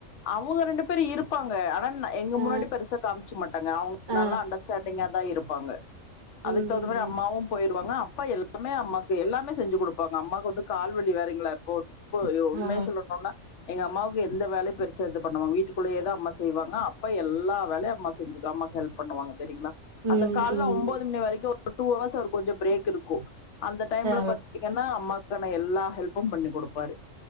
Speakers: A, on the left (about 65°); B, on the right (about 35°).
A: அவுங்க ரெண்டு பேரு இருப்பாங்க ஆனா எங்க
B: ஆ
A: முன்னாடி பெருசா காம்ச்சுக் மாட் டாங்க அவ்ங்க
B: ஆ
A: நல்லா அண்டர்ஸ்டாண்டிங்கா தா இருப்பாங்க
B: ம்
A: அதுக் தகுந்த மாரி
B: ம்
A: அம்மாவு போயிருவாங்க அப்பா எல்லா எல்லாமே அம்மாக்கு எல்லாமே செஞ்சு குடுப்பாங்க அம்மாக்கு வந்து கால்வலி வேறெங்ளா இப்போ ப்போ
B: ஆ
A: உண்மைய சொல்லணுனா எங்க அம்மாவுக்கு எந்த வேலையு பெரு பண்ணுவாங்க வீட்டுகுள்ளயேதா அம்மா செய்வாங்க அப்பா எல்லா வேலையு அம்மா செஞ்சு அம்மாக்கு ஹெல்ப் பண்ணுவாங்க தெரிய்ங்களா
B: ம்
A: அந்த கால்ல
B: ம்
A: ஒன்போது மணி வரைக்கு ஒரு டூ அவர்ஸ் அவர் கொஞ்சொ பிரேக் இருக்கு அந்த டைம்ல
B: ஆ
A: பாத்திங்கன்னா அ அம்மாக்கான எல்லா ஹெல்ப்பும் பண்ணி கொடுப்பாரு